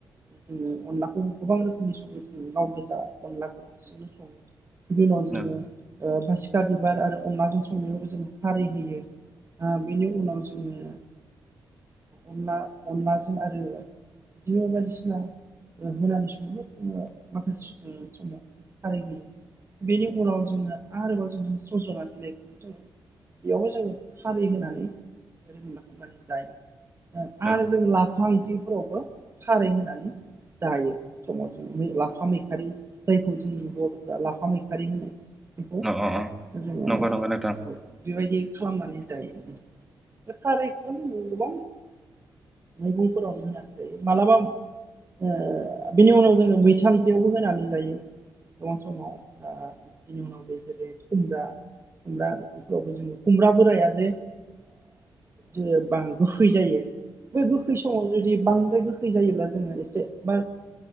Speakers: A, on the right; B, in the centre.
A: जोङो अनलाखौ गोबां रोखोमनि सङो जोङो गाव गोजा अनलाखौ हारसिंनो सङो। बिनि उनाव
B: न'
A: जोङो बा सिखा बिबार आरो अनलाजों संनायावबो जों खारै होयो। आ बेनि उनाव जोङो अनला अनलाजों आरो बिदिनो बायदिसिना होनानै समाव जोङो माखासे समाव खाराय होयो बेनि उनाव जोङो आरोबाव जोङो सजना बिलाइखौ जोङो बेयावबो जोङो। खारि होनानै खालामनानै जायो
B: न'
A: आरो जों ला फा ओंख्रिफोरावबो खारै होनानै जायो समाव लाफा मैखारि जायखौ जोंनि बर'फोरा लाफा मैखारि होनो बेखौ
B: अ
A: जोङो
B: नंगौ नंगौ नोंथां
A: औ बेबायदि खालामनानै जायो बे खारायखौ गोबां मैगंफोरावनो होनानै जायो मालाबा ओ बिनि उनाव जोङो मैथा ओंख्रियावबो होनानै जायो गोबां समाव बिनि उनाव बे जेरै खुमब्रा खुमब्रा बेफोरावबो जोङो। खुमब्रा बोराया जे जे बां गोखै जायो। बे गोखै समाव जुदि बां गोखै जायोब्ला जोङो एसेबार